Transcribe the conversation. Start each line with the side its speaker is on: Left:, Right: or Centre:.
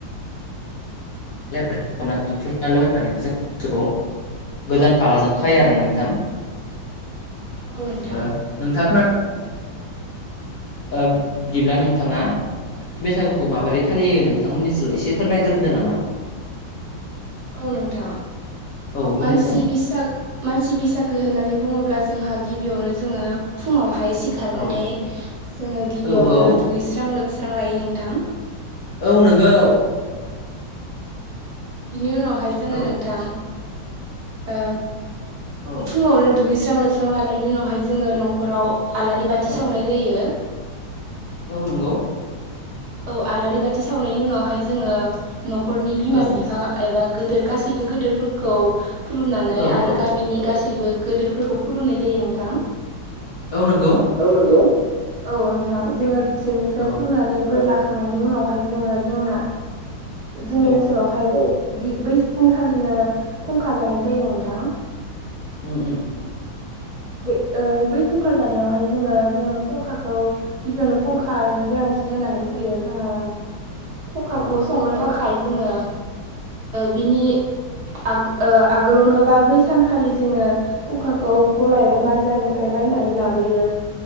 Left: <unintelligible> गोदान भागाजों खायो आरो ना नोंथां
Right: औ नोंथां
Left: ओ नोंथाङा खो ओ बिदिब्ला नोंथाङा मानसि बैसागुखौ माबोरै फालियो नोंथांमोननिथिं एसे फोरमायग्रोदो नामा।
Right: औ नोंथां
Left: औ बुंनायसाय
Right: मानसि बैसा मानसि बैसागो होननानै बुङोब्ला जोंहा गिबियावनो जोङो फुङावहाय सि खारनानै
Left: औ
Right: जोङो गिबियावनो
Left: औ औ
Right: दुगैस्रां लोबस्रां लायो नोंथां।
Left: औ नोंगौ
Right: बिनि उनावहाय जोङो
Left: औ
Right: नोंथां ओ
Left: औ
Right: फुङावनो दुगैस्रां लोबस्रां लानायनि उनावहाय जोङो न'खराव आलारि बाथि
Left: औ
Right: सावनाय जायो।
Left: औ नंगौ
Right: औ आलारि बाथि सावनायनि उनावहाय जोङो न'खरनि बिमा
Left: औ
Right: बिफा एबा गदोर गासैबो गोदोरफोरखौ खुलुमनानै
Left: औ
Right: आरो
Left: औ
Right: गामिनि गासै गासैबो गोदोरफोरखौ खुलुमनाय जायो नोंथां।
Left: औ नोंगौ।
Right: औ नंगौ औ नोंथां जोङो बिसोरनिफ्राय
Left: औ
Right: खुलुमनानै बोर लाखांनायनि उनावहाय जोङो जोंना जोंनि
Left: औ
Right: ओनसोलावहाय बे बै सानखालिनो खुंखा जानाय जायो नोंथां।
Left: उम उम
Right: बै ओ बै खुंखा जानायावहाय जोङो जोङो खुंखाखौ गिबियावनो फुंखानि गोनांथि जानानै फैयो जोङो फुंखाखौ
Left: औ
Right: संनो थाखाय जोङो बिनि आगोलावनो बा बै सानखालि जोङो खुंखा खौ गला
Left: औ
Right: एबा बाजारनिफ्राय बायनानै लाबोयो।